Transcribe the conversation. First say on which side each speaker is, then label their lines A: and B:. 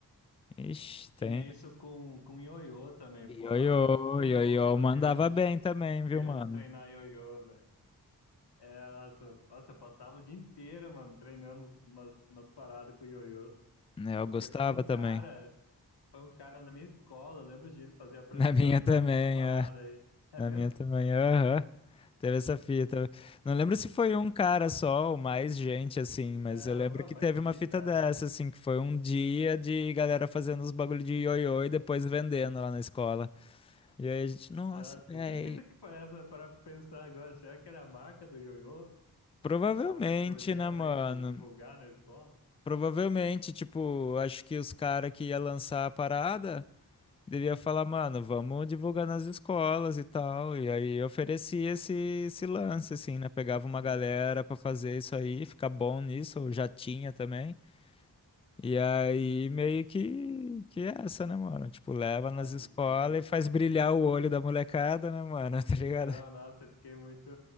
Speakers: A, on the left; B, on the left.
A: Ixi, tem.
B: Tinha isso com, com ioiô também.
A: Ioiô,
B: Pô, nossa, eu era muito
A: ioiô,
B: louco, mano,
A: mandava
B: querendo, ge-
A: bem também, viu,
B: querendo
A: mano?
B: treinar ioiô, velho. É, nossa, eu- nossa, eu passava o dia inteiro, mano, treinando umas, umas paradas com ioiô.
A: Né, Eu
B: Porque
A: gostava
B: foi um
A: também.
B: cara. Foi um cara na minha escola, eu lembro disso, fazia apresentação
A: Na minha também,
B: dessa parada
A: é.
B: aí. É
A: Na
B: mesmo?
A: minha também, aham. Teve essa fita. Não lembro se foi um cara só ou mais gente, assim, mas
B: É,
A: eu lembro
B: foi
A: que
B: uma
A: teve
B: equipe.
A: uma fita
B: É.
A: dessa, assim, que foi um dia de galera fazendo os bagulho de ioiô e depois vendendo lá na escola. E aí a gente, nossa,
B: Nossa,
A: velho.
B: que fita que foi essa para pensar agora? Será que era a marca do Ioiô
A: Provavelmente,
B: que tava com esse projeto
A: né, mano?
B: aí de divulgar na escola?
A: Provavelmente, tipo, acho que os caras que ia lançar a parada. Devia falar, mano, vamos divulgar nas escolas e tal. E aí eu oferecia esse, esse lance, assim, né? Pegava uma
B: Né?
A: galera pra fazer isso aí, ficar bom nisso, eu já tinha também. E aí meio
B: Pô,
A: que, que é essa, né, mano? Tipo, leva
B: Nossa,
A: nas escolas
B: isso aí foi.
A: e faz brilhar o olho da molecada, né, mano? <laughs> Tá
B: Então,
A: ligado?
B: nossa, eu fiquei muito,